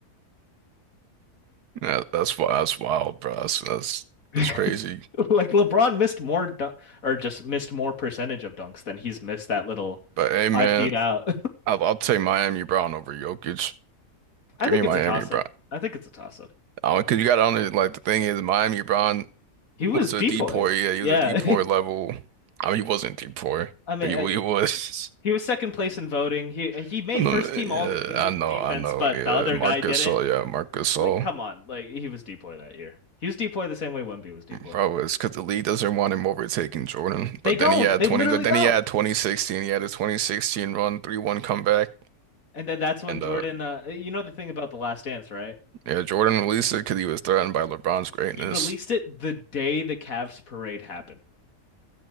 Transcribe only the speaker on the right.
Yeah, that's wild that's wild, bro. That's that's
that's crazy.
But hey man,
I'll I'll take Miami Brown over Jokic.
Give
me Miami
Brown.
Uh, 'cause you got on it like the thing is Miami Brown
was
a deport, yeah, he
was a deport level. I mean he wasn't deport,
but he,
he was
<laughs>
yeah,
I know,
I know.
Yeah,
Marcus
Gasol, yeah, Marcus
Gasol.
Bro, it's because the league doesn't want him overtaking Jordan.
But
then he had
20,
but then
he had 2016. He had a 2016 run, 3-1 comeback.
And
uh,
yeah, Jordan released it because he was threatened by LeBron's greatness.